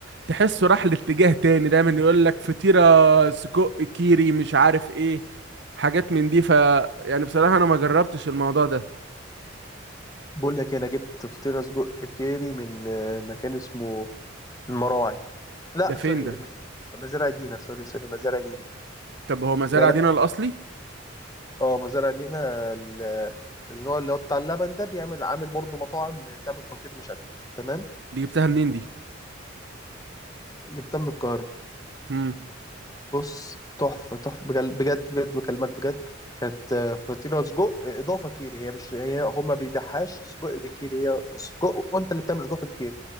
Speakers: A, on the right; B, on the left.
A: تحسه راح لاتجاه تاني دايما يقول لك فطيرة سجق كيري مش عارف ايه حاجات من دي ف يعني بصراحة انا ما جربتش الموضوع ده
B: بقول لك إيه، انا جبت فطيرة سجق كيري من آه، مكان اسمه المراعي لا
A: ده فين
B: سوري
A: ده
B: مش مزارع دينا سوري سوري مزارع دينا
A: طب هو مزارع
B: يا
A: دينا الاصلي
B: اه مزارع دينا ال- النوع اللي هو بتاع اللبن ده بيعمل عامل برضه مطاعم بتعمل فطير مشلتت تمام
A: دي جبتها منين دي
B: جبتها من القاهرة
A: امم
B: بص تحفة تحفة بجل- بجد بجد بكلمك بجد كانت آه، فطيرة سجق إضافة كيري هي مش هي هما بيبيعهاش سجق بكيري هي سجق وأنت اللي بتعمل إضافة كيري